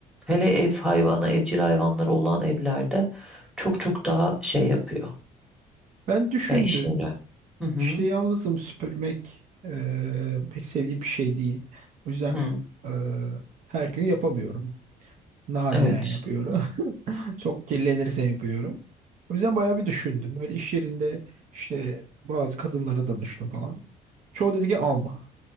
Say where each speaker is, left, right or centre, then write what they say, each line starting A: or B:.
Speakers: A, in the centre; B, on the right.
A: Hele ev hayvanı, evcil hayvanları olan evlerde çok çok daha şey yapıyor.
B: Ben düşündüm.
A: Ya işe yarıyor. Hı hı.
B: İşte yalnızım süpürmek eee, pek sevdiğim bir şey değil. O yüzden
A: Hı.
B: eee, her gün yapamıyorum. Nadiren
A: Evet.
B: yapıyorum. <laughs> Çok kirlenirse yapıyorum. O yüzden bayağı bir düşündüm. Böyle iş yerinde işte bazı kadınlara danıştım falan. Çoğu dedi ki alma.